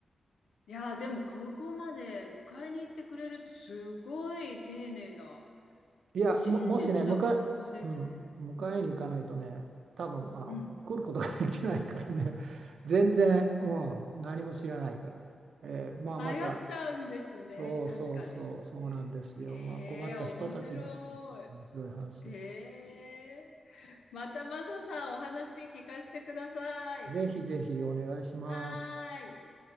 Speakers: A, on the left (about 85°); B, on the right (about 80°).
A: いやー、でも空港まで迎えに行ってくれるってすごい丁寧な、
B: いや、
A: 親切な学校ですね。
B: いやも、もしね、迎え、うん、迎えに行かないとね、多分あの来ることができないからね、
A: うん。
B: <laughs> 全然、うん、何も知らないから。えーまあ、
A: 迷っちゃうんですね。
B: また、そうそうそう、
A: 確かに。
B: そうなんですよ。
A: へえ、
B: まあ、困った人たちでして、
A: 面白い。
B: 面白い話です。
A: へえ。またマサさんお話聞かせてください。
B: ぜひぜひお願いします。
A: はーい。